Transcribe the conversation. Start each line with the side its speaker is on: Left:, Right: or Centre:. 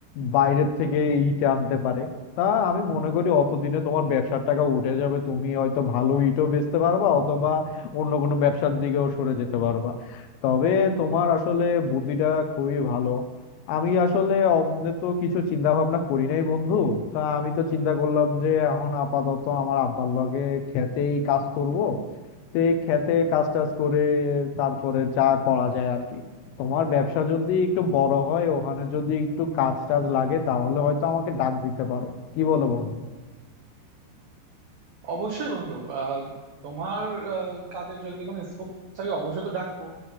Left: বাইরের থেকে ইট আনতে পারে তা আমি মনে করি অতদিনে তোমার ব্যবসার টাকা উঠে যাবে তুমি হয়তো ভালো ইটও বেচতে পারবা অথবা অন্য কোনো ব্যবসার দিকেও সরে যেতে পারবা তবে তোমার আসলে বুদ্ধিটা খুবই ভালো আমি আসলে অমনে তো কিছু চিন্তা ভাবনা করি নাই বন্ধু তা আমি তো চিন্তা করলাম যে এখন আপাতত আমার আব্বার লগে খেতেই কাজ করব তো এই খেতে কাজ টাজ করে তারপরে যা করা যায় আর কি তোমার ব্যবসা যদি একটু বড় হয় ওখানে যদি একটু কাজ টাজ লাগে তাহলে হয়তো আমাকে ডাক দিতে পারো কি বলো বন্ধু
Right: অবশ্যই বন্ধু আহ, তোমার আহ, কাজের যদি কোনো স্কোপ থাকে অবশ্যই তো ডাকবো